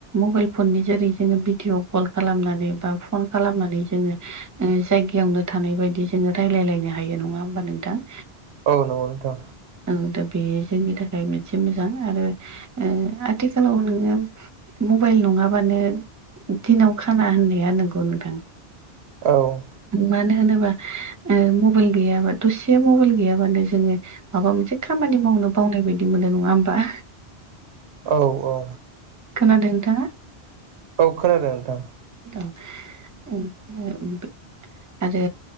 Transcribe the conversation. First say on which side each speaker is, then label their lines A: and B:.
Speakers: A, on the right; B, on the right.
A: मबाइल फननि जेरै जोङो भिडिअ कल खालामनानै बा फन खालामनानै जोङो ओ जायगायावनो थानाय बायदि जोङो रायलायलायनो हायो नङा होमबा नोंथां?
B: औ नंगौ नोंथां
A: ओ दा बे जोंनि थाखाय मोनसे मोजां आरो ओ आथिखालाव नोङो मबाइल नङाबानो दिनाव खाना होननाया नंगौ नोंथां।
B: औ
A: मानो होनोबा ओ मबाइल गैयाबा दसेया मबाइल गैयाबानो जोङो माबा मोनसे खामानि मावनो बावनाय बायदि मोनो नङा होमबा?
B: औ औ
A: खोनादों नोंथाङा?
B: औ खोनादों नोंथां
A: औ उम आरो